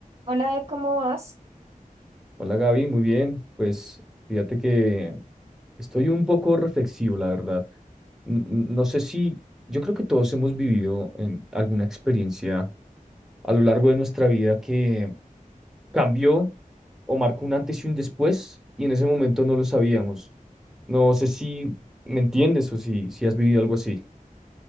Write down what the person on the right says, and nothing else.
Hola, Ed, ¿cómo vas?